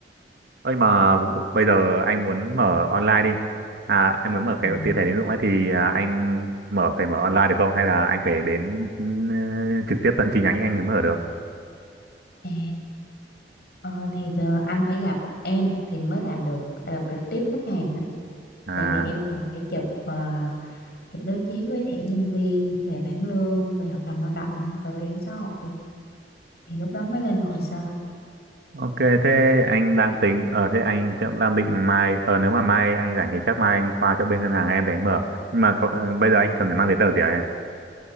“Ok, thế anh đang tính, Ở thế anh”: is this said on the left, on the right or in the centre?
Right